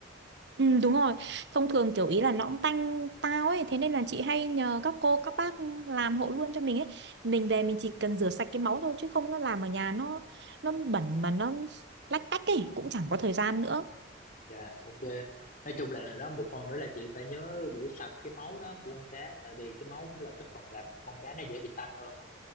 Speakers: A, on the right; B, on the left.
A: Ừ, đúng rồi thông thường kiểu ý là nó cũng tanh tao ấy thế nên là chị hay nhờ các cô các bác làm hộ luôn cho mình ấy mình về mình chỉ cần rửa sạch cái máu thôi chứ không nó làm ở nhà nó nó bẩn mà nó lách tách ấy cũng chẳng có thời gian nữa
B: Dạ ok Nói chung là đó một phần nữa là chị phải nhớ rửa sạch cái máu đó của con cá tại vì cái máu cũng là cái phần làm con cá nó dễ bị tanh hơn đó.